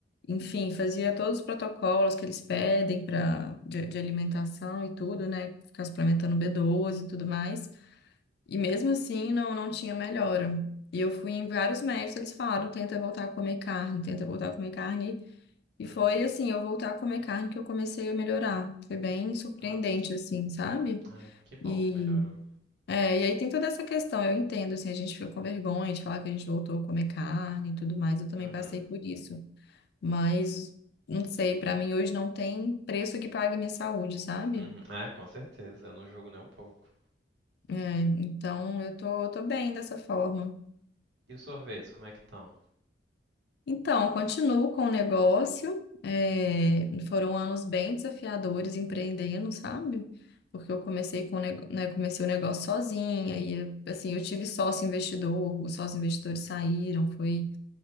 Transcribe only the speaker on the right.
uhum.
Nossa,
ai, que bom
que melhorou.
Uhum,
uhum. É, com certeza, eu não julgo nem um pouco.
E os sorvetes, como é que estão?